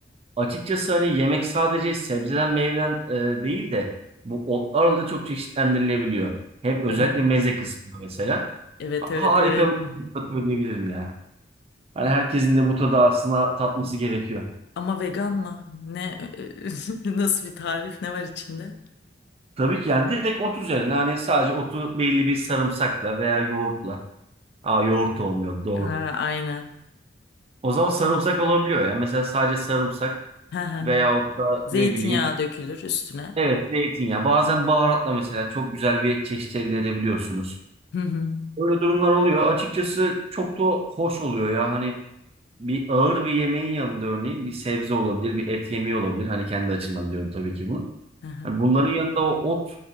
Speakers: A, on the right (about 30°); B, on the left (about 60°).
A: Açıkçası hani yemek sadece sebzeden meyveden e, değil de bu otlarla da çok çeşitlendirilebiliyor. Hem özellikle
B: Evet.
A: meze kısmında mesela.
B: Evet
A: Ha-
B: evet
A: Harika
B: evet.
A: bir lezzet katıyor diyebilirim ya. Hani herkesin de bu tadı aslında tatması gerekiyor.
B: Ama vegan mı? Ne <laughs> nasıl bir tarif? Ne var içinde?
A: Tabii ki yani direkt ot üzerine hani sadece otu belli bir sarımsakla veya yoğurtla. Aa yoğurt da olmuyor doğru.
B: Ha, aynen.
A: O zaman sarımsak olabiliyor ya. Mesela sadece sarımsak
B: Hı hı.
A: veyahut da
B: Zeytinyağı
A: ne bileyim.
B: dökülür üstüne.
A: Evet zeytinyağı. Bazen baharatla mesela çok güzel bir çeşit elde edebiliyorsunuz.
B: Hı hı.
A: Böyle durumlar oluyor. Açıkçası çok da hoş oluyor ya. Hani bir ağır bir yemeğin yanında örneğin bir sebze olabilir, bir et yemeği olabilir. Hani kendi açımdan diyorum tabii ki bunu.
B: Hı hı.
A: Hani bunların yanında o ot